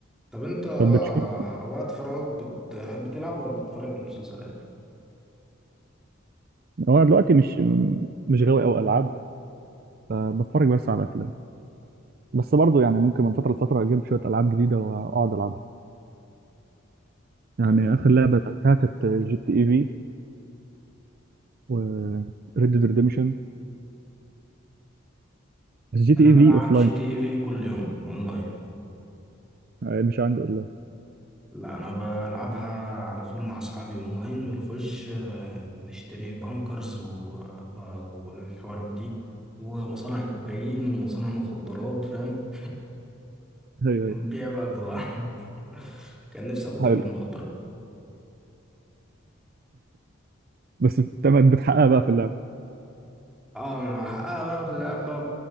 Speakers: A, in the centre; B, on the right.
A: طب انت
B: طب بتشوف
A: وقت فراغك بتحب تلعب ولا بتتفرج على المسلسلات؟
B: هو دلوقتي مش مش غاوي قوي العاب فبتفرج بس على افلام بس برضو يعني ممكن من فتره لفتره اجيب شويه العاب جديده واقعد العبها يعني
A: حلو
B: اخر لعبه لعبتها كانت جي تي اي في و ريد ديد ريديمشن بس جي تي
A: انا
B: اي
A: بلعب
B: في اوف
A: جي
B: لاين
A: تي اي في كل يوم اونلاين
B: مش عندي اونلاين
A: لا انا بلعبها على طول مع اصحابي اونلاين بنخش آه، نشتري بانكرز و... و- والحوارات دي ومصانع كوكايين ومصانع مخدرات فاهم
B: ايوه ايوه
A: ونبيع بقى البضاعة <laughs> كان نفسي ابقى تاجر
B: حلو
A: مخدرات
B: بس تمام بتحققها بقى في اللعبه
A: اه ما انا بحققها بقى في اللعبة